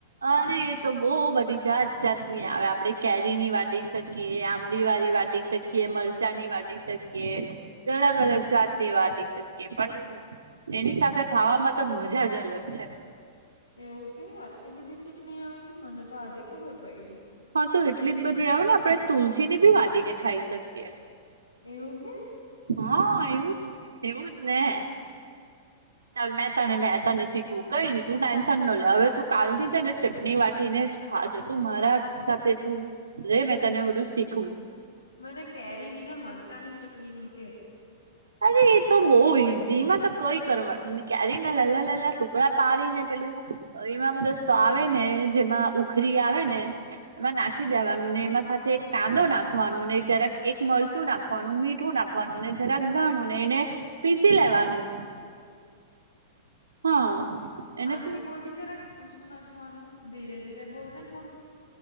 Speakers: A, on the right; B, on the left.
A: અરે એ તો બોઉ બધી જાત જાતની આવે. આપડે કેરીની વાટી શકીએ આંબલીવાળી વા ટી શકીએ મરચાની વાટી શકીએ. અલગ અલગ જાતની વાટી શક એ પણ એની સાથે ખાવામાં તો મજા જ અલગ છે.
B: એવું કે આટલી બધી ચટણી આવે કે મને તો આજે ખબર પયડી.
A: હા તો એટલી જ બધી આવે ને આપડે તુલસીની બી વાટીને ખાઈ શકીએ.
B: એવું કે?
A: હા એવું જ એવું જ ને. ચાલ મેં તને મેં તને શી ખવુ કઈ ની તું ટેન્શન ન લે. અવે તું કાલથી છે ને ચટણી વાટી ને જ ખાજે તું મારાસ સાથે તું રે મે તને બધું શીખવું.
B: મને કેરીની ને મરચાંની ચટણીનું કે?
A: અરે એ તો બોઉ ઈઝી એમાં તો કઈ કરવાનું ની કેરી ના લલા લલા ટુકડા પાડીને પેલું અ એવામાં દસત તો આવે ને જેમાં ઉખરી આવે ને. એમાં નાખી દેવાનું ને એમાં સાથે એક કાંદો નાખવાનો ને જરાક એક મરચું નાખવાનું મીઠું નાખવાનું. ને જરાક જાણું ને એને પીસી લેવાનું. હા. એને
B: પાછી બોલને જરાક શું શું નાખવાનું ધીરે ધીરે બોલને થોડુંક.